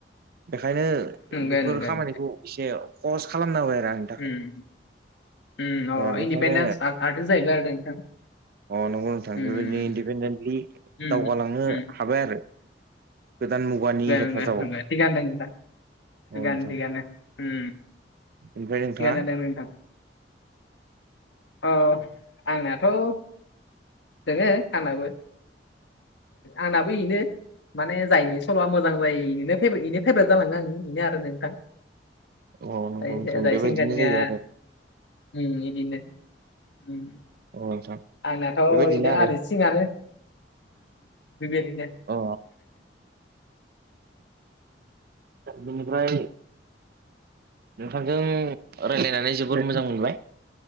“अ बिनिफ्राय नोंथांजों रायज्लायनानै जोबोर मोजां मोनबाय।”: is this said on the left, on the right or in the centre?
Right